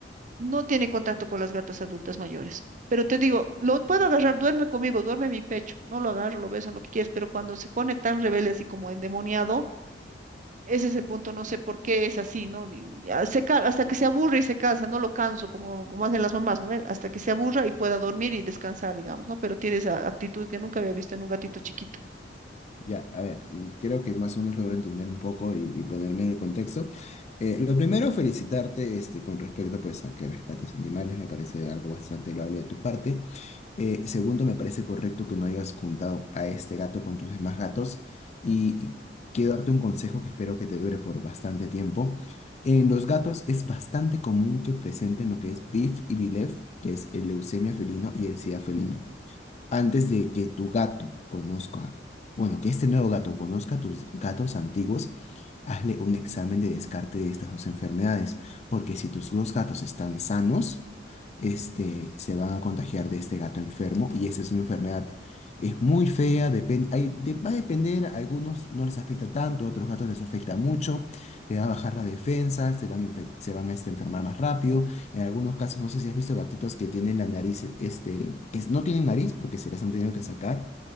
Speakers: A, on the right (about 45°); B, on the left (about 40°).
A: No tiene contacto con las gatas adultas mayores. Pero te digo, lo puedo agarrar, duerme conmigo, duerme en mi pecho. No lo agarro, lo beso, lo que quieras, pero cuando se pone tan rebelde, así como endemoniado, ese es el punto, no sé por qué es así, ¿no? Y a- se ca- hasta que se aburre y se cansa, no lo canso, como, como hacen las mamás, ¿no? Hasta que se aburra y pueda dormir y descansar, digamos, ¿no? Pero tiene esa actitud que nunca había visto en un gatito chiquito.
B: Ya, a ver, y creo que más o menos logro entender un poco y, y ponerme en el contexto. Eh, lo primero, felicitarte este, con respecto pues, a que rescates animales, me parece algo bastante loable de tu parte. Eh, segundo, me parece correcto que no hayas juntado a este gato con tus demás gatos y, y quiero darte un consejo que espero que te dure por bastante tiempo. En los gatos es bastante común que presenten lo que es BIF y BILEF, que es el leucemia felino y el SIDA felino. Antes de que tu gato conozca, bueno, que este nuevo gato conozca a tus gatos antiguos, hazle un examen de descarte de estas dos enfermedades, porque si tus dos gatos están sanos, este, se van a contagiar de este gato enfermo y esa es una enfermedad. Es muy fea, depen- hay- de- va a depender, a algunos no les afecta tanto, a otros gatos les afecta mucho, le va a bajar la defensa, se van a, infe- se van a este, enfermar más rápido. En algunos casos, no sé si has visto gatitos que tienen la nariz, este, que no tienen nariz porque se las han tenido que sacar.